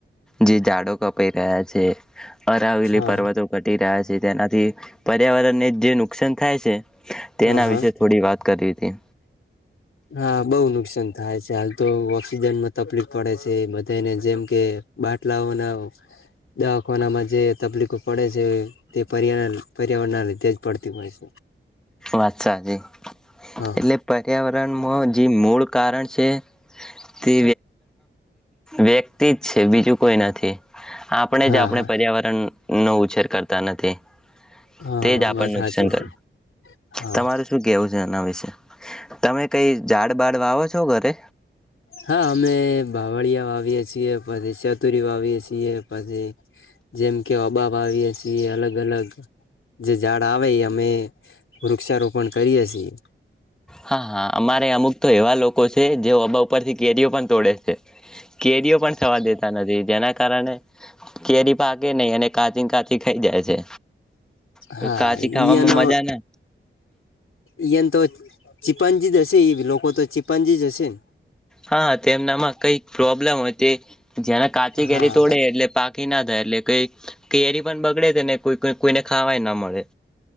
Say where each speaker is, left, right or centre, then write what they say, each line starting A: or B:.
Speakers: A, in the centre; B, on the left.
A: જી ઝાડો કપાઈ રહ્યા છે અરાવેલી
B: હા
A: પર્વતો ઘટી રહ્યા છે તેનાથી પર્યાવરણને જે નું કસાન થાય છે તેના
B: હા હા.
A: વિશે થોડી વાત કરી હતી
B: હા બઉુ નુકસાન થાય છે હાલ તો સીજનમાં તપલીક પડે છે. તે બધાને જેમ કે બાટલાઓના દવાખાનામાં જે તપલીક પડે છે તે પર્યા પર્યાવરણના લીધે જ પડતી હોય છે.
A: વાત સાચી
B: હા
A: એટલે પર્યાવરણ માં જે મૂળ કારણ છે તે વ્યક્તિ જ છે બીજું કોઈ નથી આપણે
B: હા
A: જ આપણે
B: હા
A: પર્યાવરણ નો ઉછેર કરતા નથી.
B: હા
A: તે જ આપણ
B: વાત સાચી
A: નુકસાન કર
B: છે. હા
A: તમારું શું કેવું છે એનું ના વિશે તમે કઈ ઝાડ બાાડ વાવો છો? ઘરે
B: હા અમે બાવળિયા વાવીએ છીએ. પસી ચતુરી વાાવીએ છીએ. પછી જેમ કે <unintelligible> વાવીએ છીએ અલગ અલગ જે ઝાડ આવે એ અમે વૃક્ષારોપણ કરીએ છીએ
A: હા હા અમારે અમુક તો એવા લોકો છે જે <unintelligible> ઉપરથી કેરીઓ પણ તોડે છે. કેરીઓ પણ થવા દેતા નથી જેના કારણે કેરી પાકે નહી અને કાચી કાચી ખાઈ જાય છે.
B: હા
A: કાચી ખાવામાં
B: ઈયાનો
A: મજા ના
B: ઈન તો ચીપંજી જ હશે લોકો તો ચી પંજીી જસન
A: હા, તેમનામાં કઈક પ્રોબ્લેમ હોય તે જ્યાના કાચી
B: હા
A: કેેરી તોડે એટલે પાકી ના જાય એટલે કઈ કેરી પણ બગડે. તેને કોઈ કોઈને ખાવાય ના મળે.